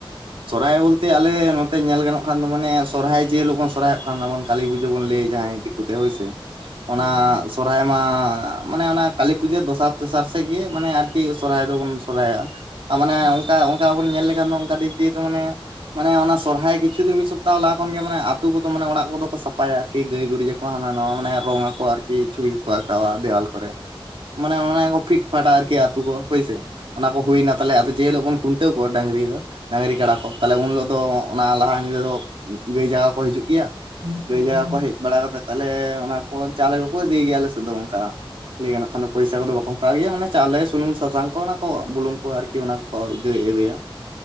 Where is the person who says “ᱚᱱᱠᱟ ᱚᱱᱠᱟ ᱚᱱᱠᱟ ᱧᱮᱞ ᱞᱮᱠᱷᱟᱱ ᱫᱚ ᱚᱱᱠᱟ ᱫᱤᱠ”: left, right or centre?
Right